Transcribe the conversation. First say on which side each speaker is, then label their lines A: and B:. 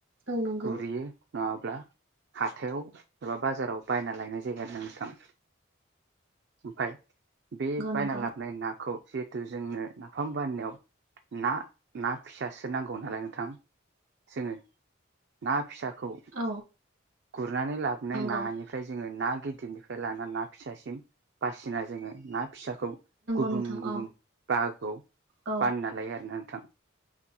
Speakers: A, on the right (about 75°); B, on the right (about 55°).
A: औ नंगौ
B: गुरैयो नङाब्ला हाथायाव एबा बाजाराव बायना लायनाय जायो आरो ना नोंथां ओमफ्राय बे बायना
A: नंगौ नंगौ
B: लाबोनाय नाखौ जिहेथु जोंनो नाफाम बाननायाव ना ना फिसासो नांगौ नालाय नोंथां जोङो ना फिसाखौ
A: औ
B: गुरनानै लाबोनाय
A: नंगौ
B: नानिफ्राय जोङो ना गिदिरनिफ्राय लाना ना फिसासिम बासिना जोङो ना फिसाखौ गुबुन
A: नंगौ नोंथां
B: गुबुन
A: औ
B: बाहागोआव
A: औ
B: बानना लायो आरोना आं थां